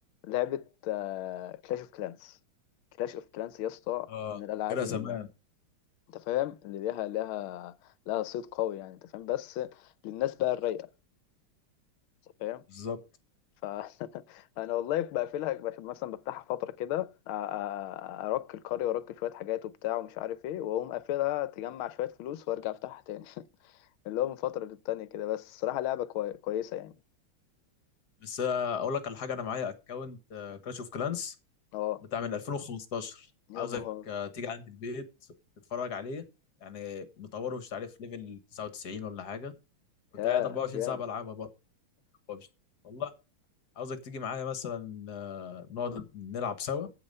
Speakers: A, on the left; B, on the left.
A: لعبة كلاش اوف كلانس كلاش اوف كلانس يا اسطى
B: اه
A: من الالعاب
B: فاكرها
A: اللي
B: زمان
A: انت فاهم اللي ليها ليها لها صيت قوي يعني انت فاهم بس للناس بقى الرايقة انت فاهم
B: بالظبط
A: ف <laughs> انا والله بقفلها بقفل- مثلا بفتحها فترة كده أ- أ- ارك القرية وارك شوية حاجات وبتاع ومش عارف ايه واقوم قافلها تجمع شوية فلوس وارجع افتحها تاني <laughs> اللي هو من فترة للتانية كده بس الصراحة لعبة كوي... كويسة يعني
B: بس آه، اقول لك على حاجه انا معايا اكونت كلاش اوف كلانس
A: اه
B: بتاع من 2015
A: يا
B: عاوزك
A: نهار
B: آه، تيجي عند البيت تتفرج عليه يعني مطوره مش عارف ليفل 99 ولا حاجه كنت
A: يا
B: قاعد 24
A: جامد
B: ساعه بلعبها برضه ببجي والله عاوزك تيجي معايا مثلا آه، نقعد نلعب سوا